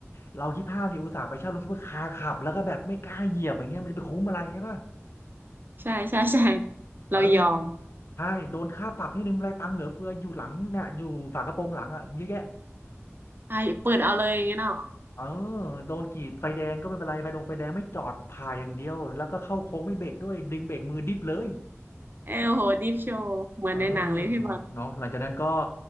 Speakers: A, on the left; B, on the right.
A: เราคี่ภาพดิอุตส่าห์ไปเช่ารถซุปเปอร์คาร์ขับแล้วก็แบบไม่กล้าเหยียบอย่างเงี้ยมันจะไปคุ้มอะไรใช่ป่ะ
B: ๆใช่ใช่ใช่
A: เออ
B: เรายอม
A: ใช่โดนค่าปรับนี่นึงไรตังค์เหลือเฟืออยู่หลังเนี่ยอยู่ฝากระโปรงหลังอ่ะเยอะแยะ
B: ไอ้เปิดเอาเลยอย่างงี้เนาะ
A: เออโดนกรีดไฟแดงก็ไม่เป็นไรไฟดงไฟแดงไม่จอดผ่าอย่างเดียวแล้วก็เข้าโค้งไม่เบรกด้วยดึงเบรกมือดิบเลย
B: เออโหดิฟโชว์เหมือนในหนังเลยพี่บอล
A: เออเนาะหลังจากนั้นก็